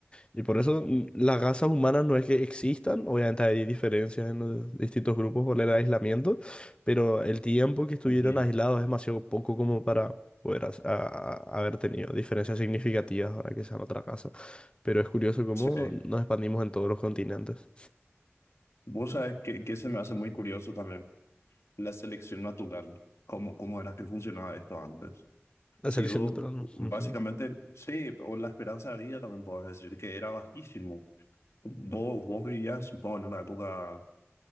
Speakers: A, on the left; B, on the left.
A: y por eso mm, las razas humanas no es que existan, obviamente hay diferencias en los distintos grupos por el aislamiento, pero el tiempo que estuvieron
B: Y
A: aislados es demasiado poco como para poder has- a- a- haber tenido diferencias significativas ahora que sean otra casa. Pero es curioso cómo
B: sí,
A: nos expandimos en todos los continentes.
B: vos sabes que, que se me hace muy curioso también, la selección natural, cómo, cómo era que funcionaba esto antes.
A: La
B: Sí,
A: selección
B: vos,
A: natural. no.
B: básicamente,
A: Ujú.
B: sí, o la esperanza de vida también puedo decir que era bajísimo Vos, vos vivías, supongo, en una época